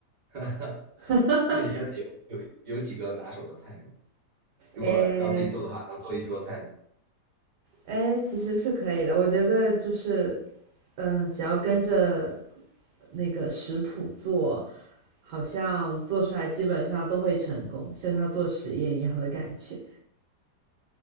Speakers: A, on the right; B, on the right.
A: <laughs>
B: <laughs>
A: 那你现在有有有几个拿手的菜吗？如果要自己做的话，
B: 哎
A: 能做一桌菜吗？
B: 哎，其实是可以的。我觉得就是，嗯，只要跟着那个食谱做，好像做出来基本上都会成功，就像做实验一样的感觉。